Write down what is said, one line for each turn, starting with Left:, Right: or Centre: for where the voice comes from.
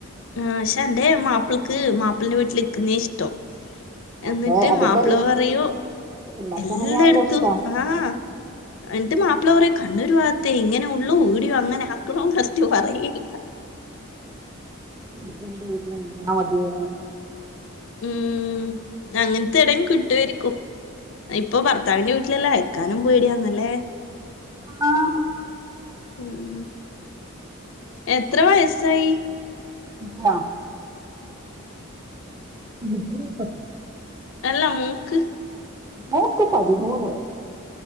Left: ആ ക്ഷ അന്റെ മാപ്പിൾക്ക് മാപ്പളന്റെ വീട്ടിൽ ക്കുന്നേ ഇഷ്ടം
Right: അതെ
Left: എന്നിട്ട്
Right: അതിപ്പോ
Left: മാപ്പിള പറയൂ
Right: എല്ലാർക്കും
Left: എല്ലാ
Right: അങ്ങനെയാണല്ലോ
Left: എടുത്തു
Right: ഇഷ്ടം
Left: ആഹ് എന്നിട്ട് മാപ്പിള പറയും കണ്ണൂരു വാഗത്തെ ഇങ്ങനെ ഉള്ളൂ ഈടിയു അങ്ങനെ ആക്കണോന്ന് ഫസ്റ്റ് പറയല്ല
Right: വീട്ടില് എന്റെ വീട്ടില് നിന്നാ മതിയേ പറഞ്ഞ്
Left: ഉം അങ്ങനത്തെ ഏടിം കിട്ടുവാരിക്കും ഇപ്പൊ ഭർത്താവിന്റെ വീട്ടിലല്ലെ ക്കാനും പേടിയാന്നല്ലേ
Right: ആഹ്
Left: ഊം എത്ര വയസായി
Right: ആ ഇനി ക്ക് <unintelligible>
Left: അല്ല മൂക്ക്
Right: മോക്ക് പതിമൂന്ന് വയസ്സ്